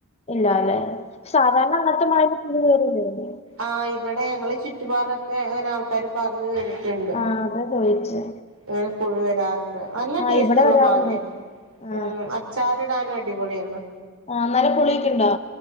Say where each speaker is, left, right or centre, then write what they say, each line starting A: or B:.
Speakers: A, on the left (about 30°); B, on the right (about 70°).
A: ഇല്ലാല്ലേ സാധാരണ അങ്ങനത്തെ മാങ്ങക്ക് <unintelligible>
B: ആഹ് ഇവടെ ഞങ്ങളെ ചുറ്റുഭാഗൊക്കെ അങ്ങനെ ആൾക്കാര് പറഞ്ഞു കേട്ടുണ്ട്
A: ആ അതാ ചോദിച്ചേ
B: അങ്ങനെ പുഴു വരാറുണ്ട് നല്ല
A: ആ
B: ടേസ്റ്റ്
A: ഇവിടെ
B: ഉള്ള
A: വരാറുണ്ട്
B: മാങ്ങ
A: ആ
B: അ അച്ചാറിടാനും അടിപൊളിയാണ്
A: ആഹ് നല്ല പുളിയൊക്കെ ഇണ്ടോ